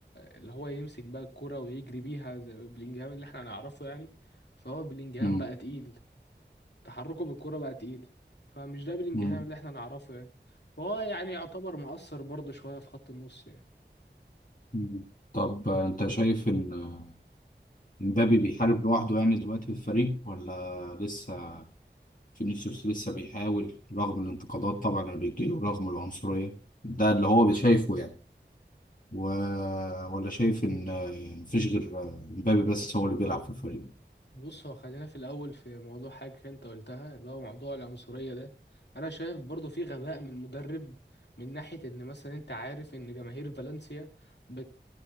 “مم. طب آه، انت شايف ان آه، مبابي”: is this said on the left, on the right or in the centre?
Left